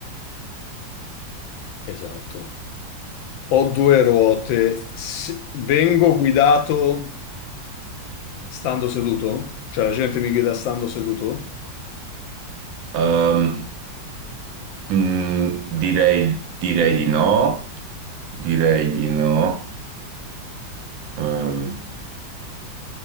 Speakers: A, on the left; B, on the right.
A: esatto. Ho due ruote. S- vengo guidato stando seduto? Cioè, la gente mi guida stando seduto?
B: Ehm, mm, direi, direi di no, direi di no. Ehm,